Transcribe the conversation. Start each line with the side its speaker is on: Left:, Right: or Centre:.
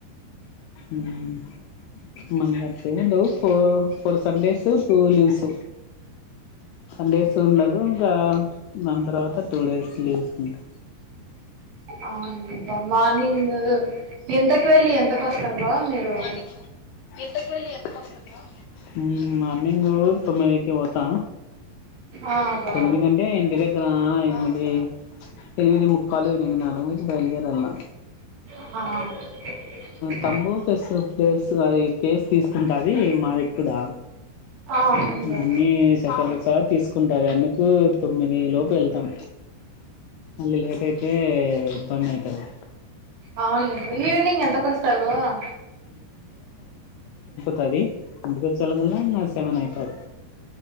Left: మ్మ్ మనకట్లేం ఉండవు ఫో ఫోర్ సస్ డేస్ టూ లీవ్స్ సండేస్ ఉండదు ఇంకా దాని తర్వాత టూ డేస్ లీవ్సుంట <inaudible>
Right: అవును బా మార్నింగ్ ఎంతకు వెళ్ళి ఎంతకు వస్తారు బా మీరు
Left: మరి ఇంత కళ ఎ కస్త మ్మ్ మార్నింగ్ తొమ్మిదికి పోతా
Right: ఆ బా
Left: తొమ్మిది కంటే ఇంటి దగ్గర ఎనిమిది ఎనిమిది ముక్కాలు ఎనిమిది నాలభై కి బయలుదేరాలా
Right: ఆ
Left: తంబూ ఫస్ ఫేస్ అది ఫేస్ తీసుకుంటుది మదికుడా
Right: అవును బా
Left: అ సకాల చ తీసుకుంటారు ఎందుకు తొమ్మిది లోపు వెళ్తాం అళ లేట్ అయితే ఇబంద అయితాది
Right: అవునుండి ఈవనింగ్ ఎంత కొడస్తారు బవవా
Left: తది ఇంటికొచ్చి చాల గా ఆ సెవెన్ యిటవ్